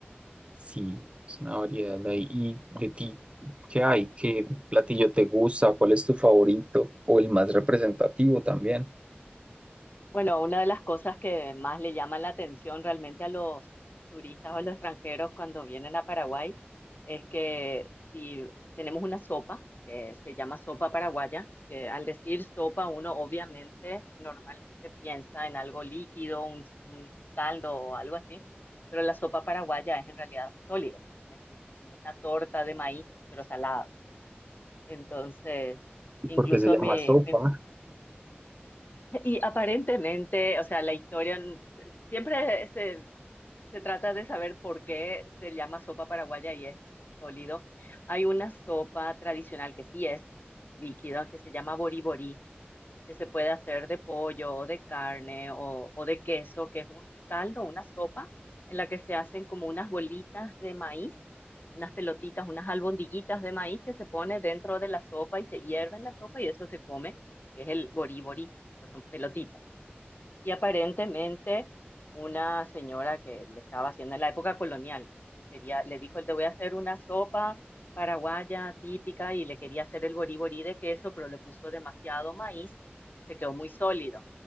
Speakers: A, on the right; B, on the left.
A: sí, es una variedad de ahí. ¿Y de ti qué hay? ¿Qué platillo te gusta? ¿Cuál es tu favorito? O el más representativo también,
B: Bueno, una de las cosas que más le llama la atención realmente a los turistas o a los extranjeros cuando vienen a Paraguay es que si tenemos una sopa que se llama sopa paraguaya, que al decir sopa uno obviamente normalmente piensa en algo líquido, un, un caldo o algo así, pero la sopa paraguaya es en realidad sólido, es un- como una torta de maíz, pero salado. Entonces, incluso
A: porque se llama
B: mi
A: sopa.
B: mis y aparentemente, o sea, la historia n- siempre se, se trata de saber por qué se llama sopa paraguaya y es sólido. Hay una sopa tradicional que sí es líquida, que se llama boriborí, que se puede hacer de pollo o de carne o, o de queso, que es un caldo, una sopa en la que se hacen como unas bolitas de maíz, unas pelotitas, unas albondiguitas de maíz que se pone dentro de la sopa y se hierve en la sopa y eso se come, que es el boriborí, pues son pelotitas. Y aparentemente una señora que le estaba haciendo en la época colonial, quería, le dijo, te voy a hacer una sopa paraguaya típica y le quería hacer el boriborí de queso, pero le puso demasiado maíz y se quedó muy sólido.